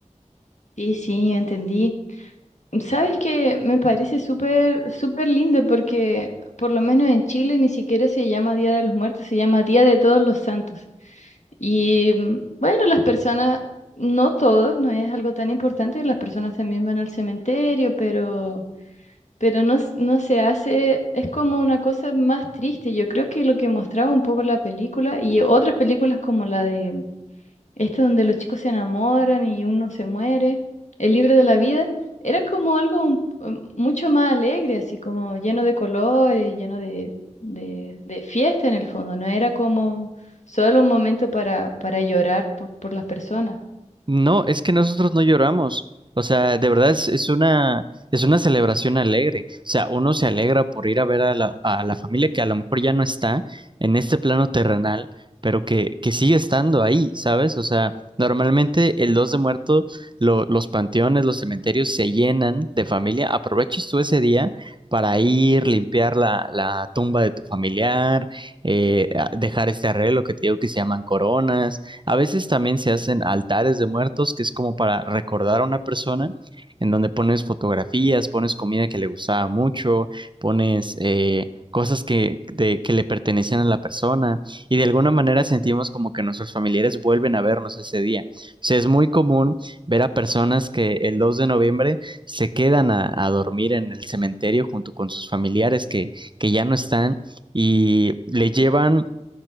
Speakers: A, on the left; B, on the right.
A: Sí, sí, entendí. Sabes que me parece súper, súper lindo porque por lo menos en Chile ni siquiera se llama Día de los Muertos, se llama Día de Todos los Santos. Y mm, bueno, las personas, no todos, no es algo tan importante, las personas también van al cementerio, pero, pero no, s- no se hace, es como una cosa más triste. Yo creo que lo que mostraba un poco la película y otras películas como la de este donde los chicos se enamoran y uno se muere, el libro de la vida, era como algo un- um, mucho más alegre, así como lleno de colores, lleno de, de, de fiesta en el fondo, no era como solo un momento para, para llorar por, por las personas.
B: No, es que nosotros no lloramos. O sea, de verdad es, es una, es una celebración alegre. O sea, uno se alegra por ir a ver a la, a la familia que a lo mejor ya no está en este plano terrenal, pero que, que sigue estando ahí, ¿sabes? O sea, normalmente el 2 de muerto, lo- los panteones, los cementerios se llenan de familia. Aproveches tú ese día para ir, limpiar la, la tumba de tu familiar, eh, a- dejar este arreglo que te digo que se llaman coronas. A veces también se hacen altares de muertos, que es como para recordar a una persona, en donde pones fotografías, pones comida que le gustaba mucho, pones eh, cosas que, de- que le pertenecían a la persona y de alguna manera sentimos como que nuestros familiares vuelven a vernos ese día. O sea, es muy común ver a personas que el 2 de noviembre se quedan a, a dormir en el cementerio junto con sus familiares que, que ya no están y le llevan